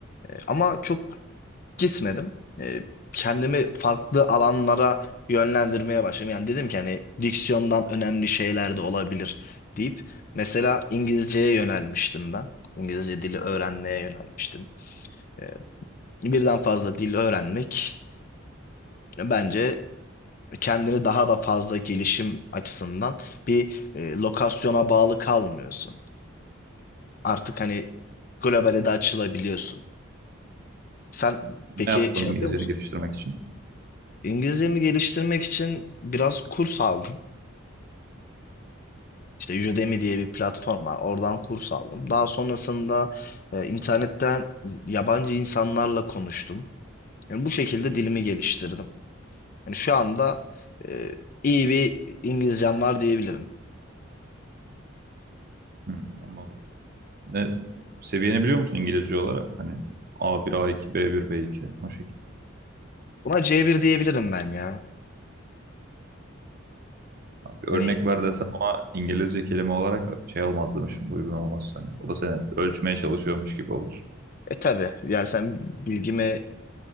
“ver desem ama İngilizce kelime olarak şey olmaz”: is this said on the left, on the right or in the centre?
Right